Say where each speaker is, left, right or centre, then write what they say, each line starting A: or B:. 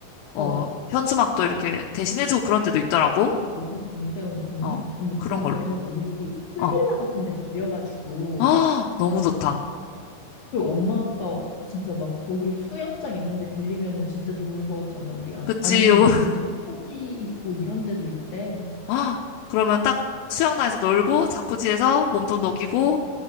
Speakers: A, on the left; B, on the left.
A: 어,
B: 어.
A: 현수막도 이렇게
B: <gasps> 헉,
A: 대신해주고 그런 데도 있더라고.
B: 너무 좋은데, 언- 언니?
A: 어,
B: 언니,
A: 그런
B: 그러면은
A: 걸로.
B: 우리 풀빌라
A: 어,
B: 같은 데 빌려가지고,
A: 아, 너무 좋다.
B: 그리고 엄마 아빠 진짜 막 거기 수영장 있는데 빌리면은 진짜 좋을 것 같지 않아? 우리 아,
A: 그치.
B: 아니면
A: 오,
B: 요즘
A: <laughs>
B: 자쿠지 있고 이런 데도 있대.
A: 아, 그러면 딱 수영장에서 놀고 자쿠지에서 몸 좀 녹이고